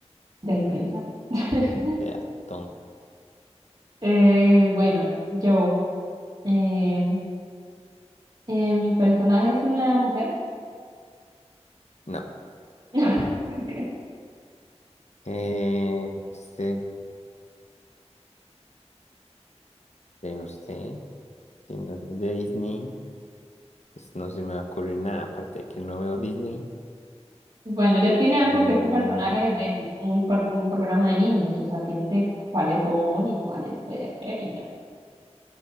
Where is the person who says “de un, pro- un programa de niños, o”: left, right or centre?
Right